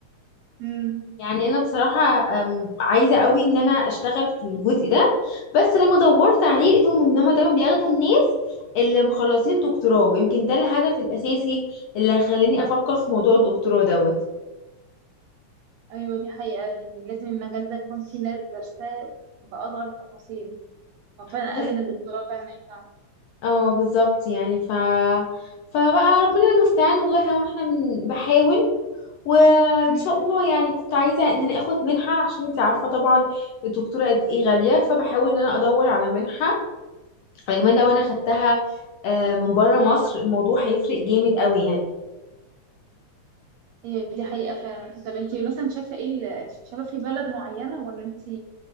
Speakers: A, on the right (about 80°); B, on the left (about 75°).
A: امم
B: يعني انا بصراحه أم، عايزه قوي ان انا اشتغل في الجزء ده بس لما دورت عليه لقيتهم ان هم دايما بياخدوا الناس اللي مخلصين دكتوراه ويمكن ده الهدف الاساسي اللي خلاني افكر في موضوع الدكتوراه دوت
A: ايوه دي حقيقه يعني لازم المجال ده يكون فيه ناس دارساه باصغر التفاصيل هو فعلا
B: بس
A: اقل من الدكتوراه فعلا ما ينفعش
B: اه بالظبط يعني ف فبقى ربنا المستعان والله هو احنا من بحاول وان
A: امم
B: شاء الله يعني كنت عايزه ان انا اخد منحه عشان انت عارفه طبعا الدكتوره قد ايه غاليه فبحاول ان انا ادور على منحه كمان لو انا خدتها آه، من بره مصر الموضوع هيفرق جامد قوي يعني
A: هي دي حقيقه فعلا طب انت مثلا شايفه ايه ال- شايفه في بلد معينه ولا انت